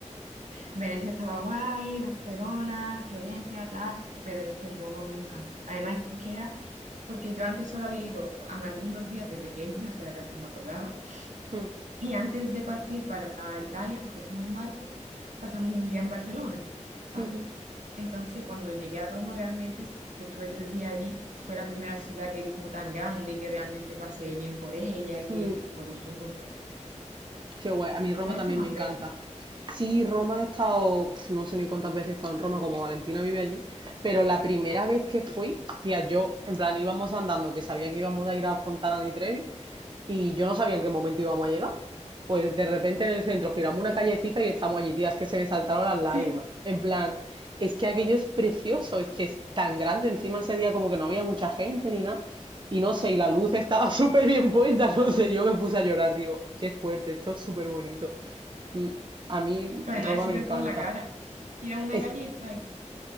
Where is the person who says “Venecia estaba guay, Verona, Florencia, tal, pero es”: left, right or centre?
Right